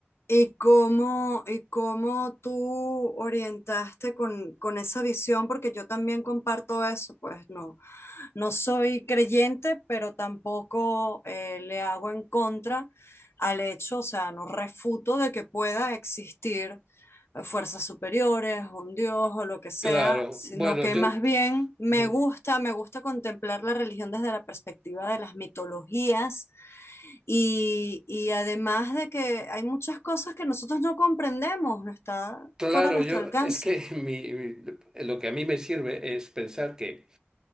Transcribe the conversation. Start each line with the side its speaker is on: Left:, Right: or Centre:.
Left: y cómo, y cómo tú orientaste con, con esa visión? Porque yo también comparto eso, pues no. No soy creyente, pero tampoco eh, le hago en contra al hecho, o sea, no refuto de que pueda existir eh, fuerzas superiores, un dios o lo que sea,
Right: Claro,
Left: sino
Right: bueno,
Left: que
Right: yo,
Left: más bien me
Right: mm,
Left: gusta, me gusta contemplar la religión desde la perspectiva de las mitologías y, y además de que hay muchas cosas que nosotros no comprendemos, no está
Right: claro,
Left: fuera de nuestro
Right: yo,
Left: alcance.
Right: es que <laughs> mi- mi- lo que a mí me sirve es pensar que